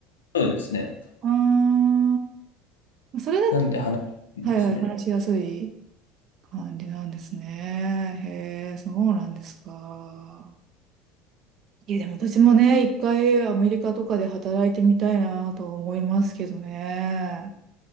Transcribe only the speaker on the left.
そうですね。
なんで話しやすいですね。